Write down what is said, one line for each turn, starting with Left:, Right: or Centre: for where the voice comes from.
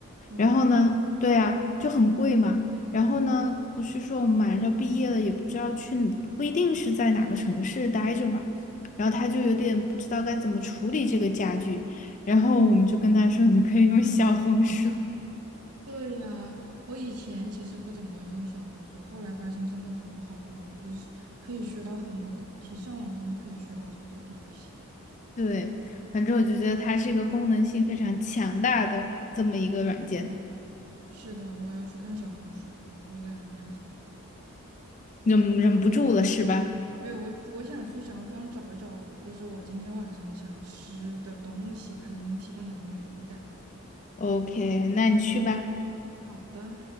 Right: 哇，
Left: 然后呢，对啊，就很贵嘛。然后呢，不是说我们马上要毕业了，也不知道去，不一定是在哪个城市待着嘛。然后他就有点不知道该怎么处理这个家具，然后我们就跟他说，你可以用小红书。
Right: 对呀，我以前其实不怎么用小红书，后来发现真的很好用，就是可以学到很多东西，上网真的可以学到很多东西。
Left: 对，反正我就觉得它是一个功能性非常强大的这么一个软件，
Right: <laughs> 是的，我要去看小红书了，我有点 <laughs>。
Left: 忍忍不住了是吧
Right: 没有，我我想去小红书上找一找，就是我今天晚上想吃的东西，看能不能提供点什么灵感。
Left: ？OK，那你去吧。
Right: 好的。